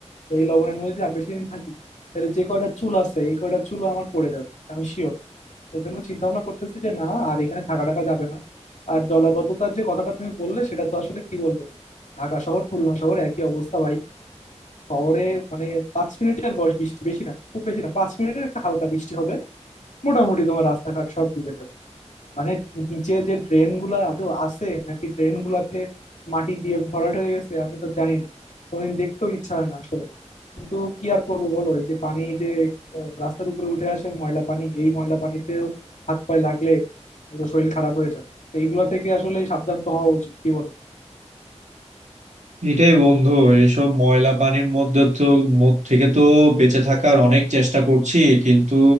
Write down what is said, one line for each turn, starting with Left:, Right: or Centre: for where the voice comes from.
Left: বা এই লবণের মধ্যে যদি আর বেশি দিন থাকি তাহলে যে কয়টা চুল আছে এই কয়টা চুলও আমার পড়ে যাবে আমি শিওর এর জন্য চিন্তা ভাবনা করতেছি যে না আর এখানে থাকা টাকা যাবে না আর জলাবদ্ধতার যে কথাটা তুমি বললে সেটা তো আসলে কি বলবো ঢাকা শহর খুলনা শহর একই অবস্থা ভাই শহরে মানে পাঁচ মিনিটের বস বৃষ্টি বেশি না খুব বেশি না পাঁচ মিনিটের একটা হালকা বৃষ্টি হবে মোটামুটি তোমার রাস্তাঘাট সব ডুবে যাবে মানে নিচে যে ড্রেন গুলা আদৌ আছে নাকি ড্রেন গুলাতে মাটি দিয়ে ভরাট হয়ে গেছে আমি তো জানি না কোনদিন দেখতেও ইচ্ছা হয় না আসলে কিন্তু কি আর করবো বলো এই যে পানি যে আহ, রাস্তার উপরে উঠে আসে ময়লা পানি এই ময়লা পানিতেও হাত পায়ে লাগলে তো শরীর খারাপ হয়ে যাবে তো এইগুলা থেকে আসলে সাবধান তো হওয়া উচিত কি বলো
Right: এটাই বন্ধু এসব ময়লা পানির মধ্যে তো মধ্যে থেকে তো বেঁচে থাকার অনেক চেষ্টা করছি কিন্তু